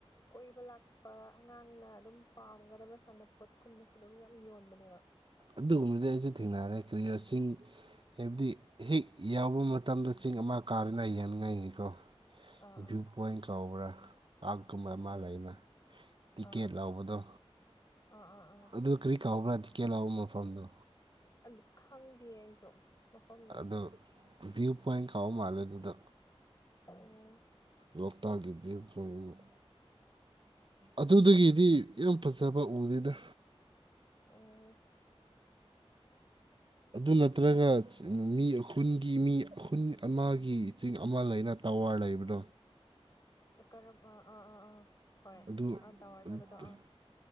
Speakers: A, on the left (about 35°); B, on the right (about 50°).
A: ꯀꯣꯏꯕ ꯂꯥꯛ ꯄꯥ ꯑꯉꯥꯡꯅ ꯑꯗꯨꯝ ꯄꯥꯝꯒꯗꯕ ꯁꯥꯟꯅꯄꯣꯠꯀꯨꯝꯕꯁꯨ ꯑꯗꯨꯝ ꯌꯥꯝ ꯌꯣꯟꯕꯅꯦꯕ
B: ꯑꯗꯨꯒꯨꯝꯕꯗꯤ ꯑꯩꯁꯨ ꯊꯦꯡꯅꯔꯦ ꯀ꯭ꯔꯤꯔ ꯆꯤꯡ ꯍꯥꯏꯕꯗꯤ ꯍꯦꯛ ꯌꯥꯎꯕ ꯃꯇꯝꯗ ꯆꯤꯡ ꯑꯃ ꯀꯥꯔꯦꯅ ꯌꯦꯅꯤꯡꯉꯥꯏꯒꯤꯀꯣ
A: ꯑꯥ ꯑꯥ
B: ꯚ꯭ꯌꯨ ꯄꯣꯏꯟ ꯀꯧꯕ꯭ꯔꯥ ꯄꯥꯔꯛꯀꯨꯝꯕ ꯑꯃ ꯂꯩꯅ ꯇꯤꯀꯦꯠ
A: ꯑꯥ ꯑꯥ
B: ꯂꯧꯕꯗꯣ
A: ꯑꯥ ꯑꯥ ꯑꯥ
B: ꯑꯗꯨ ꯀꯔꯤ ꯀꯥꯎꯕ꯭ꯔꯥ ꯇꯤꯀꯦꯜ ꯂꯥꯎꯕ ꯃꯐꯝꯗꯣ
A: ꯑꯗꯨ ꯈꯪꯗꯦ ꯑꯩꯁꯨ ꯃꯐꯝꯗꯣ
B: ꯑꯗꯣ ꯚ꯭ꯌꯨ ꯄꯣꯏꯟ ꯀꯥꯎ ꯃꯥꯜꯂꯦ ꯑꯗꯨꯗ
A: ꯑꯣ
B: ꯂꯣꯛꯇꯥꯛ ꯀꯤ ꯚꯤꯌꯨ ꯄꯧꯟꯠ ꯑꯗꯨꯗꯒꯤꯗꯤ ꯌꯥꯝ ꯐꯖꯕ ꯎꯗꯦꯗ
A: ꯑꯣ ꯑꯣ
B: ꯑꯗꯨ ꯅꯠꯇ꯭ꯔꯒ ꯃꯤ ꯈꯨꯟꯒꯤ ꯃꯤ ꯈꯨꯟ ꯑꯃꯒꯤ ꯆꯤꯡ ꯑꯃ ꯂꯩꯅ ꯇꯋꯥꯔ ꯂꯩꯕꯗꯣ
A: ꯀꯔꯝ ꯑꯥ ꯑꯥ ꯑꯥ ꯍꯣꯏ
B: ꯑꯗꯨ
A: ꯑꯥ ꯇꯋꯥꯔ
B: ꯑꯗ
A: ꯂꯩꯕꯗꯣ ꯑꯥ